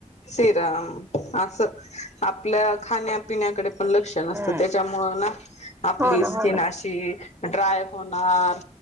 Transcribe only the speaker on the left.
सिरम अस आपल्या खाण्यापिण्याकडे पण लक्ष नसतं
त्याच्यामुळं ना, आपली
स्किन
अशी ड्राय होणार.